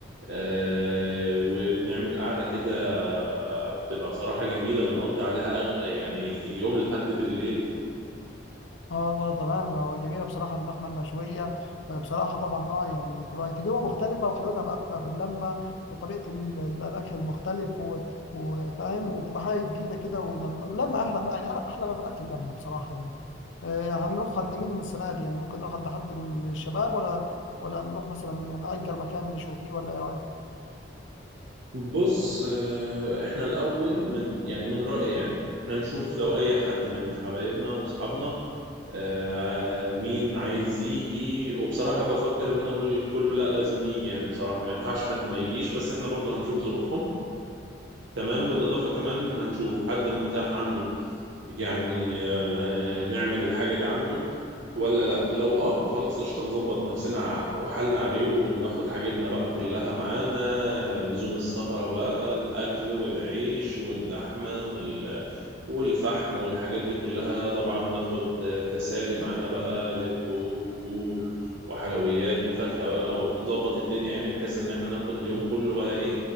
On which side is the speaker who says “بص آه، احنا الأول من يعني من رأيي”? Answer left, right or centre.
Right